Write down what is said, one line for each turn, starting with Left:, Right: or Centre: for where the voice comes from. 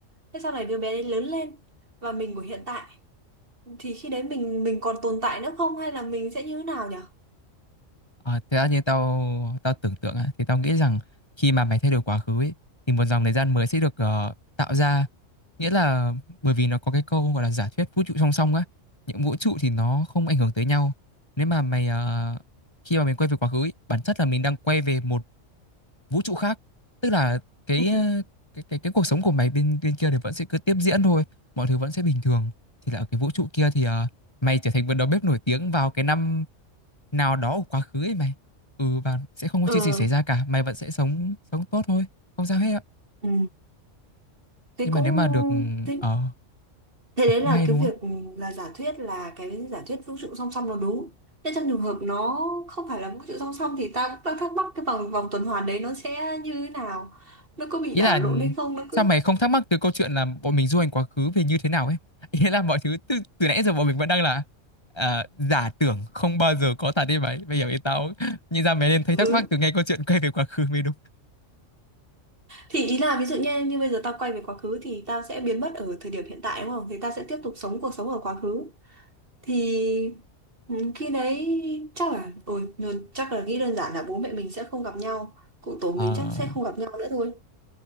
Right: Thế sau này đứa bé đấy lớn lên và mình của hiện tại thì khi đấy mình mình còn tồn tại nữa không hay là mình sẽ như thế nào nhỉ?
Left: ờ, thế ra như tao tao tưởng tượng á thì tao nghĩ rằng khi mà mày thay đổi quá khứ ấy, thì một dòng thời gian mới sẽ được ờ, tạo ra nghĩa là bởi vì nó có cái câu gọi là giả thuyết vũ trụ song song á những vũ trụ thì nó không ảnh hưởng tới nhau nếu mà mày ờ, khi mà mình quay về quá khứ ấy, bản chất là mình đang quay về một vũ trụ khác tức là cái
Right: Ừ.
Left: ờ, cái cái cái cuộc sống của mày bên bên kia thì vẫn sẽ cứ tiếp diễn thôi mọi thứ vẫn sẽ bình thường thì là ở cái vũ trụ kia thì ờ, mày trở thành một đầu bếp nổi tiếng vào cái năm nào đó của quá khứ ấy mày ừ và sẽ không có
Right: Ừ.
Left: chuyện gì xảy ra cả mày vẫn sẽ sống sống tốt thôi không sao hết ạ
Right: Ừ. Thế
Left: nhưng
Right: cũng
Left: mà nếu mà được
Right: thế,
Left: ở
Right: thế đấy
Left: cũng
Right: là
Left: hay
Right: cái
Left: đúng
Right: việc
Left: không
Right: là giả thuyết là cái giả thuyết vũ trụ song song nó đúng. Thế trong trường hợp nó không phải là vũ trụ song song thì ta cũng đang thắc mắc cái vòng vòng tuần hoàn đấy nó sẽ như thế nào? Nó có bị
Left: Ý
Right: đảo
Left: là
Right: lộn hay không? Nó
Left: sao
Right: cứ
Left: mày không thắc mắc từ câu chuyện là bọn mình du hành quá khứ về như thế nào ấy? <laughs> Ý là mọi thứ từ, từ nãy giờ bọn mình vẫn đang là à, giả tưởng không bao giờ có thật đi mày. Bây giờ ý tao không? <laughs> nhìn ra mày nên thấy
Right: ừ.
Left: thắc mắc từ ngay câu chuyện quay về quá khứ mới đúng.
Right: Thì ý là ví dụ như như bây giờ tao quay về quá khứ thì tao sẽ biến mất ở thời điểm hiện tại đúng không? Thì tao sẽ tiếp tục sống cuộc sống ở quá khứ. thì ừ, khi đấy chắc là ôi nó- chắc là nghĩ đơn giản là bố mẹ mình sẽ không gặp nhau cụ tổ
Left: Ờ,
Right: mình chắc sẽ không gặp nhau nữa thôi